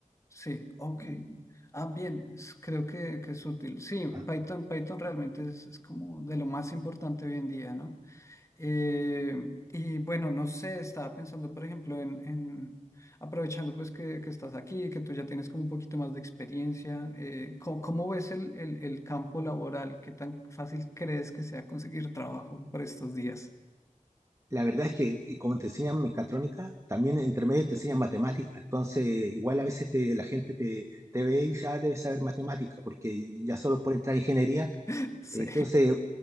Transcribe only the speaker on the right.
Ah,
La verdad es que y como te enseñan mecatrónica, también entre medio te enseñan matemática. Entonces, igual a veces te- la gente te, te ve y dice, ah, debes saber matemática, porque ya solo por entrar a ingeniería.
eh, Entonces,